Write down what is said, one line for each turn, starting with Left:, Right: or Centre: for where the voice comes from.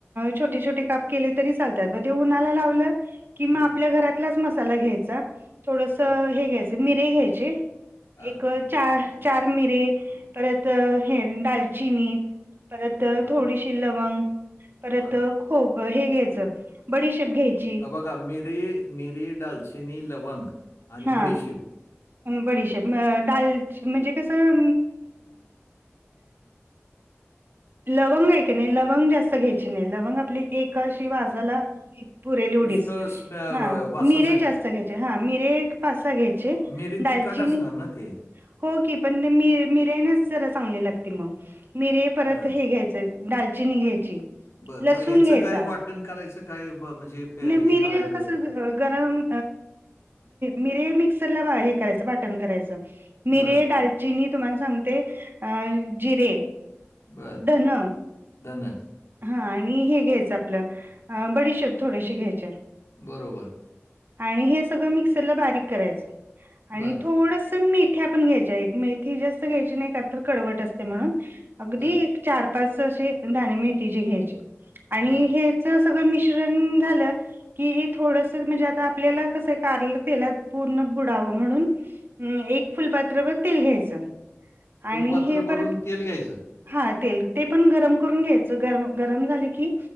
Right: छोटे छोटे काप केले तरी चालतात मग ते उन्हाला लावलं कि म
Left: हां,
Right: आपल्या घरातलाच मसाला घ्यायचा थोडस
Left: बरं,
Right: हे घ्यायच मिरे घ्यायचे
Left: हां,
Right: एक चार चार मिरे परत हे दालचिनी परत
Left: बरं,
Right: थोडीशी लवंग परत
Left: बरं.
Right: हो हे घ्यायचं बडीशेप घ्यायची
Left: अ, बघा मिरे, मिरे, डलचिनी, लवंग आणि
Right: हा.
Left: बडीशेप.
Right: बडीशेप डालची म्हणजे कसं लवंग नाही की नाही लवंग जास्त घ्यायची नाही लवंग आपली एकशी वाजाला पुरेल एवढीच
Left: नुसतं स्मे अ,
Right: हा
Left: वासासाठी.
Right: मिरे जास्त घ्यायचे हा मिरे पासा घ्यायचे
Left: मिरी
Right: दालचिनी
Left: तिखट असणार ना ते?
Right: हो की पण मिरेच जरा चांगली लागते मग मिरे परत
Left: बरं,
Right: हे घ्यायचं दालचिनी घ्यायची
Left: बरं
Right: लसूण
Left: मग हचं
Right: घ्यायचा
Left: काय वाटण करायचं काय म्हणजे? प
Right: नाही मी
Left: हे करायचं?
Right: रे कसं. गरम मिरे मिक्सरला हे करायचं वाटण करायचं मिरे
Left: बरं,
Right: दालचिनी तुम्हाला सांगते अ जिरे
Left: बरं.
Right: धन.
Left: धनं.
Right: हा आणि हे घ्यायचं आपलं बडिशोब थोडेसे घ्यायचे
Left: बरोबर.
Right: आणि हे सगळं मिक्सरला बारीक करायचं आणि
Left: बरं,
Right: थोड मेथी आपण घ्याय मेथी जास्त घ्यायची नाही कडवट असते म्हणून अगदी
Left: बरं,
Right: चार पाच असे दणे मेथीचे घ्यायचे आणि
Left: बरं.
Right: हे सगळं मिश्रण झाल की थोड म्हणजे आता आपल्याला कस कारल तेलात पूर्ण बुडावं म्हणून हम्म एक फुलपात्रभर तेल घ्यायचं.
Left: फुलपात्र
Right: आणि हे परत
Left: भरून तेल घ्यायचं.
Right: हा तेल. ते पण गरम करून घ्यायचं. गरम गरम झाले की,